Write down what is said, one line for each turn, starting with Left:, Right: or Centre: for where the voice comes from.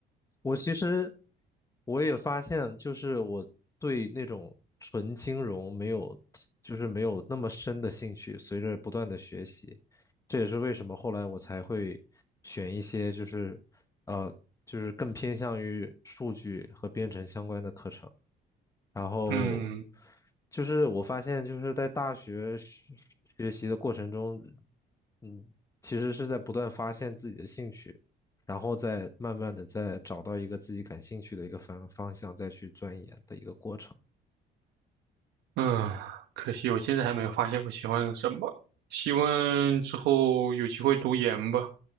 Left: 我其实我也发现，就是我对那种纯金融没有，就是没有那么深的兴趣。随着不断的学习，这也是为什么后来我才会选一些就是呃就是更偏向于数据和编程相关的课程。然后
Right: 嗯。
Left: 就是我发现，就是在大学学学习的过程中，嗯，其实是在不断发现自己的兴趣，然后再慢慢的再找到一个自己感兴趣的一个方方向，再去钻研的一个过程。
Right: 嗯，可惜我现在还没有发现我喜欢什么。希望之后有机会读研吧，